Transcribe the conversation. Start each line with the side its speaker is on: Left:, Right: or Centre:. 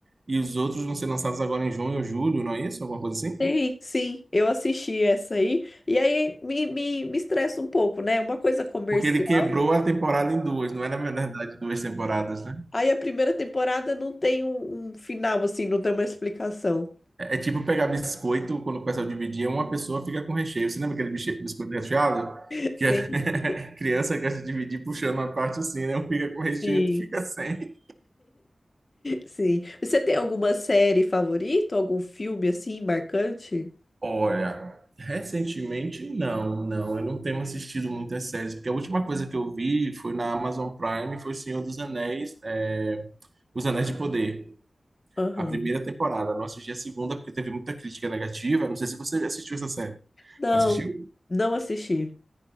Right: e os outros vão ser lançados agora em junho ou julho, não é isso? Alguma coisa assim?
Left: Sim, sim, eu assisti essa aí, e aí me, me, me estressa um pouco, né? Uma coisa comercial.
Right: Porque ele quebrou a temporada em duas, não é na verdade duas temporadas, né?
Left: Aí a primeira temporada não tem um, um final, assim, não tem uma explicação.
Right: É tipo pegar biscoito, quando o pessoal dividia, uma pessoa fica com recheio. Você lembra aquele biche- biscoito recheado?
Left: <laughs>
Right: Que
Left: Sim,
Right: a <laughs> criança gosta de dividir puxando uma parte assim, né? Um fica com recheio,
Left: sim,
Right: outro fica sem.
Left: sim. Você tem alguma série favorita? Algum filme, assim, marcante?
Right: Olha, recentemente não, não. Eu não tenho assistido muitas séries, porque a última coisa que eu vi foi na Amazon Prime, foi Senhor dos Anéis, é, Os Anéis de Poder.
Left: Aham.
Right: A primeira temporada, não assisti a segunda porque teve muita crítica negativa. Não sei se você assistiu essa série.
Left: Não,
Right: Assistiu?
Left: não assisti.